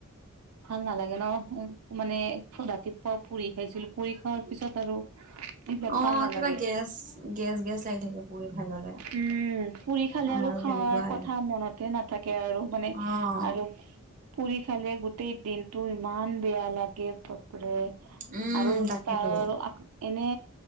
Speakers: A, on the right; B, on the right.
A: ভাল নালাগে ন উ মানে ৰাতিপুৱা পুৰি খাইছিলো পুৰি খোৱাৰ পিছত আৰু এইবিলাক
B: অ',
A: ভাল নালাগে
B: কিবা গেছ গেছ গেছ লাগি থাকে পুৰি খাই ল'লে
A: উম পুৰি খালে
B: আমাৰো
A: আৰু খোৱাৰ
B: তেনেকুৱাই
A: কথা মনতে নাথাকে আৰু মানে
B: অ'।
A: আৰু ফুৰি খালে গোটেই দিনতটো ইমান বেয়া লাগে কপ়
B: উম,
A: আৰু
B: তাকেতো
A: তাৰ এনে